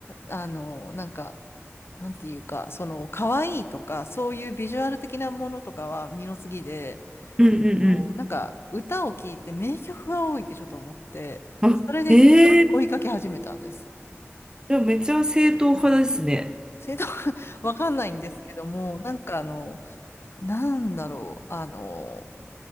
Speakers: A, on the left; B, on the right.
A: あの、なんか、なんていうか、その、可愛いとか、そういうビジュアル的なものとかは二の次で、
B: うんうん
A: あの、なんか歌を聴いて名曲が多いってちょっと思って、
B: うん。
A: それで追いかけ始めたんです。
B: あ、ええじゃあめっちゃ正統派ですね。
A: 正当 <laughs> わかんないんですけども、なんかあの、なんだろう、あの、